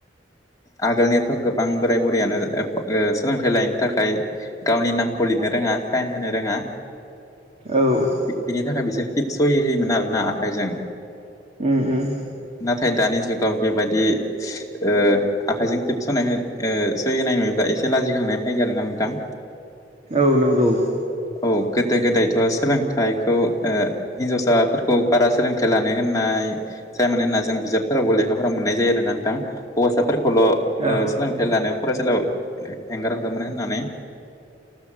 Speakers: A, on the left; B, on the right.
A: आगोलनियाथ' गोबां बोराय बु रियानो सोलोंथाइ लायनि थाखाय गावनि नामखौ लिरनो रोङा साइन होनो रोङा।
B: औ।
A: बि-बिनि थाखाय बिसोर टिपस सय होयोमोन आर ना आखाइजों।
B: ओम ओम।
A: नाथाय दानि जुगाव बेबायदि ओ आखाइजों थिबस'नाय हो ओ सहि होनाय नुयोब्ला एसे लाजिखांनाय फैगोन आरो ना नोंथां।
B: औ नोंगौ।
A: औ गोदो गोदायथ' सोलोंथाइखौ ओ हिनजावसाफोरखौ बारा सोलोंथाइ लानो होननाय जाय माने ना जों बिजाबफोरावबो लेखाफोराव मोननाय जायो आरो ना नोंथां हौवासाफोरखौल'
B: औ
A: सोलोंथाइ लानायाव फरायसालियाव हेंगार हरोमोन होननानै।